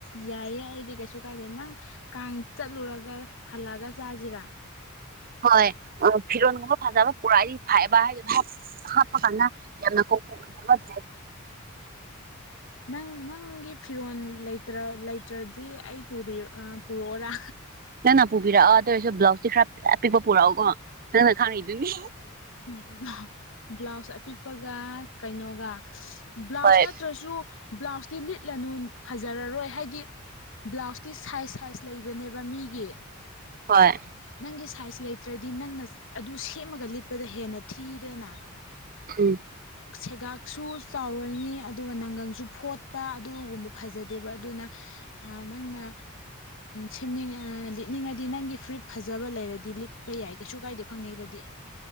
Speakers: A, on the left; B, on the right.
A: ꯌꯥꯏꯌꯦ ꯑꯩꯗꯤ ꯀꯩꯁꯨ ꯀꯥꯏꯗꯦ ꯅꯪ ꯀꯥꯡ ꯆꯠꯂꯨꯔꯒ ꯍꯜꯂꯛꯒ ꯆꯥꯖꯤꯔꯥ
B: ꯍꯣꯏ ꯑꯥ ꯐꯤꯔꯣꯟꯒꯨꯝꯕ ꯐꯖꯥꯕ ꯄꯨꯔꯥꯗꯤ ꯐꯥꯏꯕ ꯍꯥꯏ <unintelligible> ꯍꯥꯞꯄ ꯀꯥꯟꯅ ꯌꯥꯝꯅ ꯀꯣꯝꯐꯣ ꯑꯣꯏꯗꯕ <inaudible>
A: ꯅꯪ ꯅꯪꯒꯤ ꯐꯤꯔꯣꯜ ꯂꯩꯇ꯭ꯔꯥ ꯂꯩꯇ꯭ꯔꯥꯗꯤ ꯑꯩ ꯄꯨꯔꯤ ꯑꯥ ꯄꯨꯔꯛꯑꯣꯔꯥ
B: ꯅꯪꯅ ꯄꯨꯕꯤꯔꯛꯑꯣ ꯑꯗꯨ ꯑꯣꯏꯔꯁꯨ ꯕ꯭ꯂꯥꯎꯁꯇꯤ ꯈꯔ ꯑꯄꯤꯛꯄ ꯄꯨꯔꯛꯑꯣꯀꯣ ꯅꯪꯅ ꯈꯪꯉꯤ ꯗꯨꯅꯤ
A: <unintelligible> ꯕ꯭ꯂꯥꯎꯁ ꯑꯄꯤꯛꯄꯒꯥ ꯀꯩꯅꯣꯒꯥ ꯕ꯭ꯂꯥꯎꯁ
B: ꯍꯣꯏ
A: ꯅꯠꯇ꯭ꯔꯥꯁꯨ ꯕ꯭ꯂꯥꯎꯁꯇꯤ ꯂꯤꯠꯂꯅꯨ ꯐꯖꯔꯔꯣꯏ ꯍꯥꯏꯗꯤ ꯕ꯭ꯂꯥꯎꯁꯇꯤ ꯁꯥꯏꯖ ꯁꯥꯏꯖ ꯂꯩꯕꯅꯦꯕ ꯃꯤꯒꯤ
B: ꯍꯣꯏ
A: ꯅꯪꯒꯤ ꯁꯥꯏꯖ ꯂꯩꯇ꯭ꯔꯥꯗꯤ ꯅꯪꯅ ꯑꯗꯨ ꯁꯦꯝꯃꯒ ꯂꯤꯠꯄꯗ ꯍꯦꯟꯅ ꯊꯤꯔꯦꯅ
B: ꯎꯝ
A: ꯁꯦꯒꯥꯛꯁꯨ ꯆꯥꯎꯔꯅꯤ ꯑꯗꯨꯒꯥ ꯅꯪꯒꯜꯁꯨ ꯐꯣꯠꯄ ꯑꯗꯨꯒꯨꯝꯕ ꯐꯖꯗꯦꯕ ꯑꯗꯨꯅ ꯑꯥ ꯅꯪꯅ ꯁꯦꯝꯅꯤꯡꯉꯥ ꯂꯤꯠꯅꯤꯡꯉꯗꯤ ꯅꯪꯒꯤ ꯐꯨꯔꯤꯠ ꯐꯖꯕ ꯂꯩꯔꯗꯤ ꯂꯤꯠꯄ ꯌꯥꯏ ꯀꯩꯁꯨ ꯀꯥꯏꯗꯦ ꯈꯪꯅꯩꯕꯗꯤ